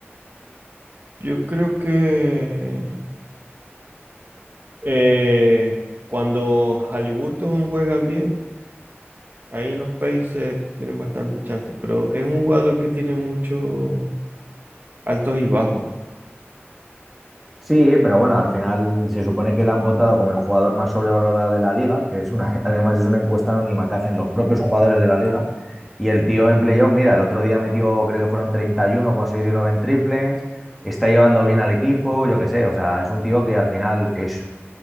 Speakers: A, on the right (about 50°); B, in the centre.
A: Yo creo que eh, cuando Haliburton juega bien, ahí en los Pacers tienen bastante chance. Pero es un jugador que tiene muchos altos y bajos.
B: Sí, pero bueno, al final se supone que le han votado como el jugador más sobrevalorado de la liga, que es una, <laughs> además es una encuesta anónima que hacen los propios jugadores de la liga. Y el tío en playoff, mira, el otro día metió, creo que fueron 31 con 6 de 9 en triples, está llevando bien al equipo, yo qué sé, o sea, es un tío que al final es,